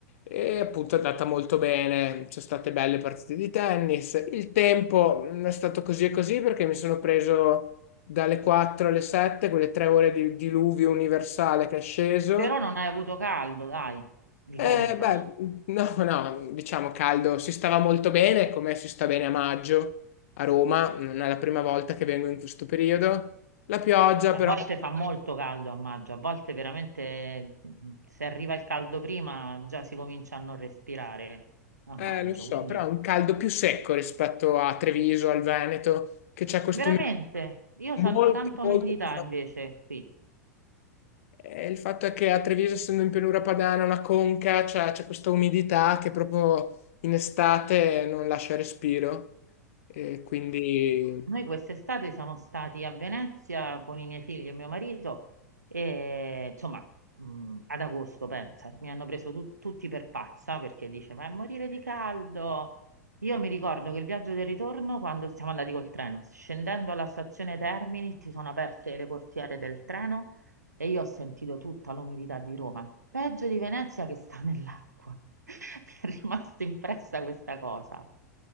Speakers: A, on the left; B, on the right.
A: e appunto è andata molto bene, ci sono state belle partite di tennis, il tempo mh, è stato così e così perché mi sono preso dalle 4 alle 7, quelle tre ore di diluvio universale che è sceso.
B: però non hai avuto caldo, dai, di
A: E
B: contro.
A: beh, no, <laughs> no, diciamo caldo, si stava molto bene, come si sta bene a maggio a Roma, non è la prima volta che vengo in questo periodo. La pioggia
B: A
A: però,
B: volte fa molto caldo a maggio, a volte veramente mm, se arriva il caldo prima già si comincia a non respirare a
A: eh,
B: maggio,
A: lo so,
B: quindi...
A: però è un caldo più secco rispetto a Treviso, al Veneto, che c'è questo
B: Veramente,
A: umidità
B: io
A: molto,
B: sento tanto umidità
A: molto più forte.
B: invece qui.
A: Eh, il fatto è che a Treviso, essendo in pianura padana, una conca, cioè, c'è questa umidità che proprio in estate non lascia respiro. E quindi
B: Noi quest'estate siamo stati a Venezia con i miei figli e mio marito e insomma mh, ad agosto, pensa, mi hanno preso tu- tutti per pazza perché dice ma è morire di caldo. Io mi ricordo che il viaggio del ritorno, quando siamo andati col treno, scendendo alla stazione Termini, si sono aperte le portiere del treno e io ho sentito tutta l'umidità di Roma. Peggio di Venezia che sta nell'acqua. <laughs> Mi è rimasta impressa questa cosa.